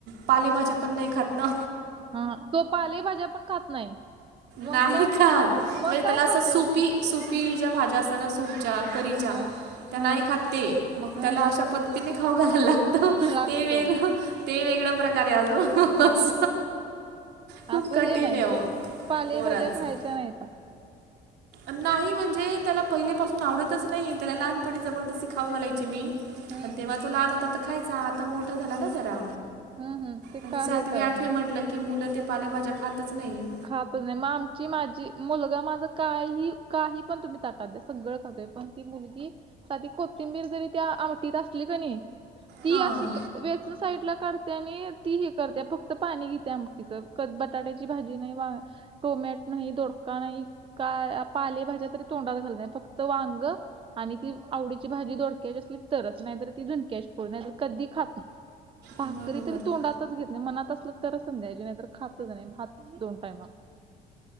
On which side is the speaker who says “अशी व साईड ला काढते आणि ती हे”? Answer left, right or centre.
Right